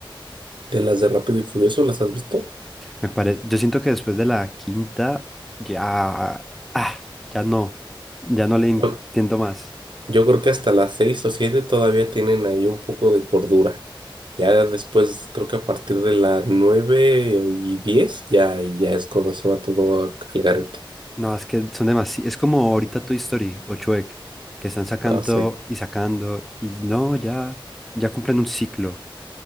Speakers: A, on the right; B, in the centre.
A: de las de Rápido y Furioso, ¿las has visto?
B: Me pare... Yo siento que después de la quinta ya... Ah, ya no. Ya no le entiendo
A: Yo,
B: más.
A: yo creo que hasta las seis o siete todavía tienen ahí un poco de cordura. Ya después, creo que a partir de las nueve y diez, ya, ya es cuando se va todo a- al garete.
B: No, es que son demasiado. Es como ahorita Toy Story o Shrek, que están sacando
A: Ah, sí.
B: y sacando, y no, ya, ya cumplen un ciclo.